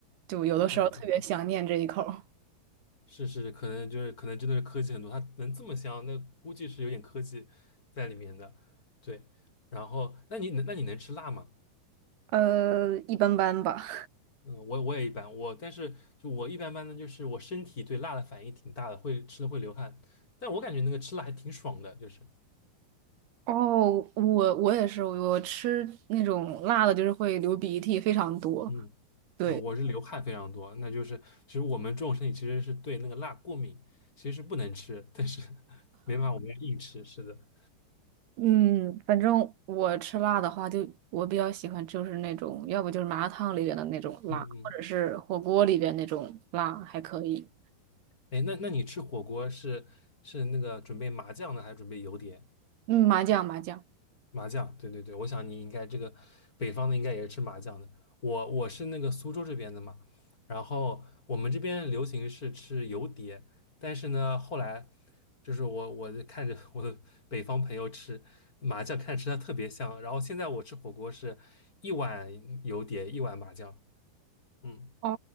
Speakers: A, on the right; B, on the left.
A: 就有的时候特别想念这一口儿
B: 对对对，是是，可能就是可能真的是科技很多，它能这么香，那估计是有点科技在里面的。对，然后那你能那你能吃辣吗？
A: 呃，一般般吧。
B: 嗯，我我也一般，我但是就我一般般的，就是我身体对辣的反应挺大的，会吃的会流汗，但我感觉那个吃辣还挺爽的，就是
A: 哦，我我也是，我吃那种辣的，就是会流鼻涕，非常多。
B: 嗯呃，
A: 对。
B: 我是流汗非常多，那就是其实我们这种身体其实是对那个辣过敏，其实是不能吃，但是 <laughs> 没办法，我们要硬吃，是的，
A: 嗯，反正我吃辣的话就，我比较喜欢就是那种，要不就是麻辣烫里边的那种辣，
B: 嗯嗯。
A: 或者是火锅里边那种辣，还可以。
B: 哎，那那你吃火锅是是那个准备麻酱的，还是准备油碟？
A: 嗯，麻酱麻酱。
B: 麻酱，对对对，我想你应该这个北方的应该也是吃麻酱的。我我是那个苏州这边的嘛，然后我们这边流行是吃油碟，但是呢，后来就是我我就看着我的北方朋友吃麻酱，看着吃的特别香，然后现在我吃火锅是一碗油碟，一碗麻酱，嗯，
A: 哦，